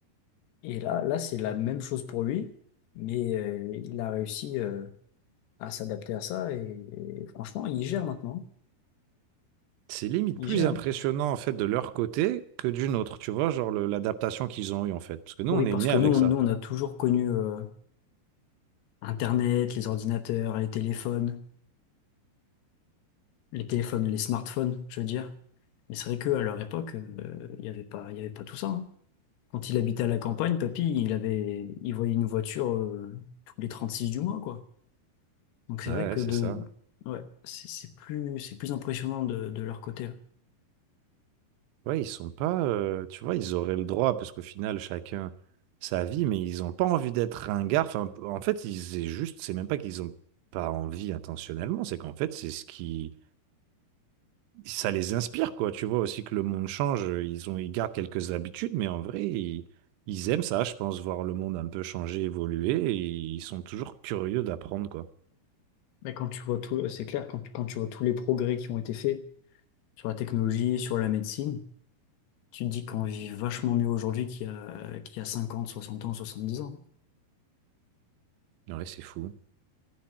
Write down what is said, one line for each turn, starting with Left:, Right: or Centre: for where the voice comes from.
Left: Et là, là, c'est la même chose pour lui, mais euh, il a réussi. euh, à s'adapter à ça. Et, et franchement, ils gèrent maintenant.
Right: C'est limite
Left: Ils
Right: plus
Left: gèrent.
Right: impressionnant en fait de leur côté que d'une autre. Tu vois, genre le- l'adaptation qu'ils ont eue en fait, parce que nous,
Left: Oui,
Right: on
Left: parce
Right: est nés
Left: que
Right: avec
Left: nous, on,
Right: ça.
Left: nous, on a toujours connu euh, Internet, les ordinateurs, les téléphones, les téléphones, les smartphones, je veux dire. Mais c'est vrai qu'à leur époque, euh, il n'y avait pas, il y avait pas tout ça. hein. Quand il habitait à la campagne, papy, il avait, il voyait une voiture euh, tous les 36 du mois, quoi. Donc c'est
Right: Ouais,
Left: vrai que
Right: ouais, c'est
Left: de,
Right: ça.
Left: ouais, c'est c'est plus, c'est plus impressionnant de, de leur côté. ouais.
Right: Ouais, ils sont pas, euh, tu vois, ils auraient le droit, parce qu'au final, chacun sa vie, mais ils n'ont pas envie d'être ringards. Enfin, en fait, ils, c'est juste, c'est même pas qu'ils ont pas envie intentionnellement, c'est qu'en fait, c'est ce qui, ça les inspire, quoi. Tu vois aussi que le monde change, euh, ils ont, ils gardent quelques habitudes, mais en vrai, ils, ils aiment ça, je pense, voir le monde un peu changer, évoluer, et ils sont toujours curieux d'apprendre, quoi.
Left: Mais quand tu vois tout, c'est clair, quand, quand tu vois tous les progrès qui ont été faits sur la technologie, sur la médecine, Tu te dis qu'on vit vachement mieux aujourd'hui qu'il y a, qu'il y a 50, 60 ans, soixante-dix ans.
Right: Ouais, c'est fou,